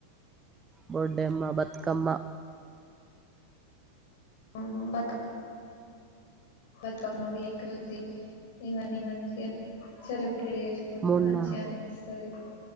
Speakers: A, on the right; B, on the left.
A: బ డే అమ్మ బతుకమ్మ
B: <inaudible> బతుకమ్మ <inaudible> ఇవన్ని మంచ్ సెలబ్రేట్ చేసుకుంటే
A: మొన్న
B: మంచిగా అనిపిస్తది